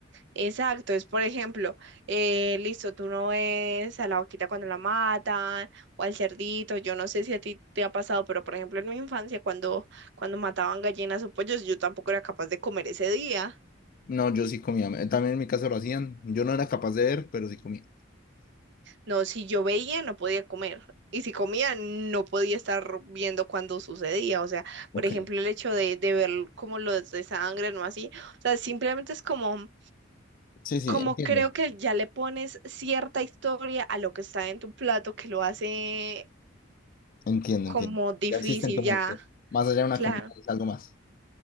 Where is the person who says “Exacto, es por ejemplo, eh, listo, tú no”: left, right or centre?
Right